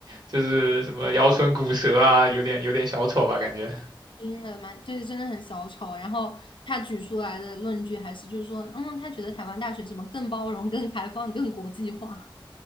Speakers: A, on the right; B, on the left.
A: 就是什么摇唇鼓舌啊，有点有点小丑吧感觉。
B: 听了蛮就是真的很小丑。然后他举出来的论据还是就是说嗯他觉得台湾大学什么更包容、更开放、更国际化。